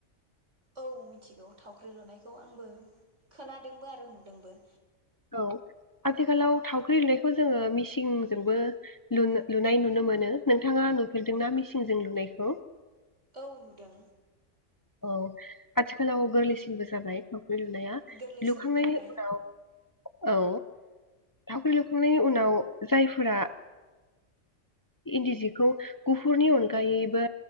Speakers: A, on the right; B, on the left.
A: औ मिथिगौ थाव ख्रि लुनायखौ आंबो खोनादोंबो आरो नु दोंबो
B: औ आथिखालाव थावख्रि लुनायखौ जोङो मिसिंजोंबो लुनाय नुनो मोनो नोंथाङा नुफेरदोंना मिसिंजों लुनायखौ
A: औ नुदों
B: औ आथिखालाव गोरलैसिनबो जाबाय लुनाया
A: गोरलैसिन
B: लुखांनायनि
A: जाबाय
B: उनाव औ थावखौ एवखांनायनि उनाव जायफोरा इन्दि जिखौ गुफुरनि अनगायैबो,